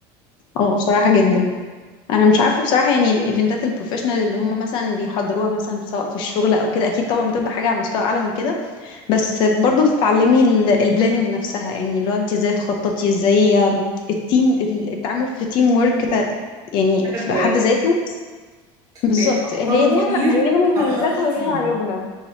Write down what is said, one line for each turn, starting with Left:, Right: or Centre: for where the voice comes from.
Left: اه بصراحة جدا انا مش عارفة بصراحة يعني الايفنتات البروفيشنال اللي هم مثلا بيحضروها مثلا سواء في الشغل او كده اكيد طبعا بتبقى حاجة على مستوى اعلى من كده بس برضو بتتعلمي البلاننج نفسها يعني لو انت ازاي تخططي ازاي التيم التعامل في تيم ورك يعني
Right: حاجة
Left: في
Right: كويسة
Left: حد ذاته بالظبط
Right: لأن أفكاره
Left: هي
Right: كتير
Left: ليها هي ليها
Right: واقتراحاته
Left: مميزاتها
Right: كتير
Left: وليها عيوبها